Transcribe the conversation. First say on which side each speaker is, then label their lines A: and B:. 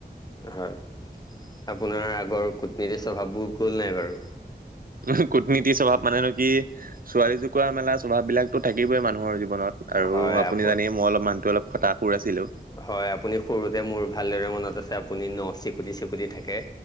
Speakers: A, on the left (about 20°); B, on the right (about 50°).
A: হয় আপোনাৰ আগৰ কূটনীতিৰ স্বভাৱবোৰ গ'ল নাই বাৰু
B: উম কুটনীতি স্বভাৱ মানে নে কি ছোৱালী জোকা মেলা স্বভাৱ বিলাকতো থাকিবই মানুহ হৰ জীৱনত আৰু
A: হয়
B: আপুনি
A: আপ
B: জানেইে মই অলপ মানহো অলপ খতটা সুৰ আছিলো।
A: হয় আপুনি সৰুতে মোৰ ভালদৰে মনত আছে আপুনি ন চিকুটি চিকুটি থাকে